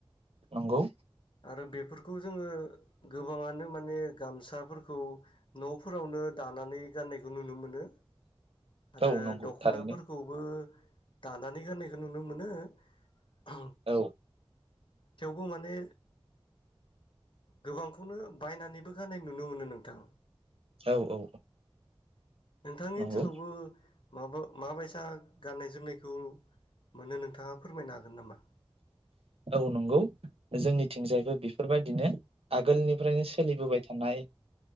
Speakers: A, on the right; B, on the left.
A: नंगौ
B: आरो बेफोरखौ जोङो गोबांङानो माने गामसाफोरखौ न'फोरावनो दानानै गाननायखौ नुनो मोनो आरो
A: औ नंगौ
B: दख'नाफोरखौबो
A: थारैनो
B: दानानै गाननायखौ नुनो मोनो <unintelligible>
A: औ
B: थेवबो माने गोबांखौनो बायनानैबो गाननाय नुनो मोनो नोंथां
A: औ औ
B: नोंथांनि
A: नंगौ
B: ओनसोलावबो माबा माबायसा गाननाय जोमनायखौ मोनो नोंथाङा फोरमायनो हागोन नामा
A: औ नंगौ जोंनिथिंजायबो बेफोरबायदिनो आगोलनिफ्रायनो सोलिबोबाय थानाय